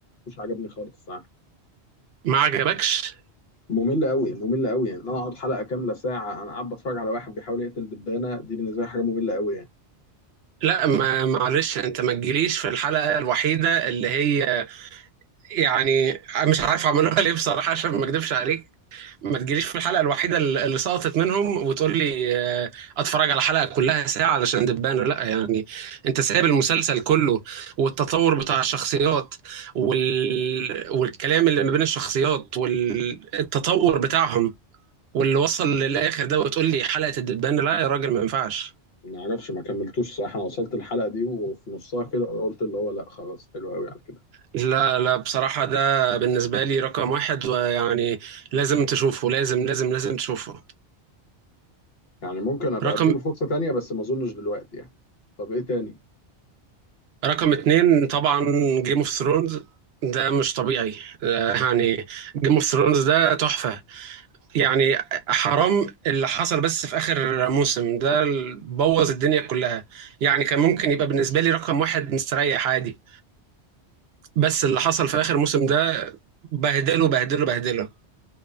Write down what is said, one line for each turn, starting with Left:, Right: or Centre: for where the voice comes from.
Left: مش عجبني خالص صح
Right: ما عجبكش
Left: ممل قوي ممل قوي يعني ان انا اقعد حلقه كامله ساعه انا قاعد بتفرج على واحد بيحاول يقتل دبانه دي بالنسبه لي حاجه ممله قوي يعني
Right: لا ما معلش انت ما تجيليش في الحلقه الوحيده اللي هي يعني مش عارف عملوها <laughs> ليه بصراحه عشان ما اكدبش عليك ما تجيليش في الحلقة الوحيدة اللي سقطت منهم وتقول لي آه، اتفرج على حلقة كلها ساعة علشان دبانة لا يعني انت سايب المسلسل كله والتطور بتاع الشخصيات وال... والكلام اللي ما بين الشخصيات والتطور بتاعهم واللي وصل للآخر ده وتقول لي حلقة الدبانة لا يا راجل ما ينفعش
Left: ما اعرفش ما كملتوش صح انا وصلت الحلقه دي وفي نصها كده قلت اللي هو لا خلاص حلو قوي على كده
Right: لا لا بصراحة ده بالنسبة لي رقم واحد ويعني لازم تشوفه لازم لازم لازم تشوفه
Left: يعني ممكن ابقى
Right: رقم
Left: اديله فرصه تانية بس ما اظنش دلوقتي يعني طب ايه تاني
Right: رقم اتنين طبعا جيم اوف ثرونز ده مش طبيعي آه، يعني جيم اوف ثرونز ده تحفة يعني حرام اللي حصل بس في آخر موسم ده ال- بوظ الدنيا كلها يعني كان ممكن يبقى بالنسبة لي رقم واحد مستريح عادي بس اللي حصل في آخر موسم ده بهدله بهدله بهدله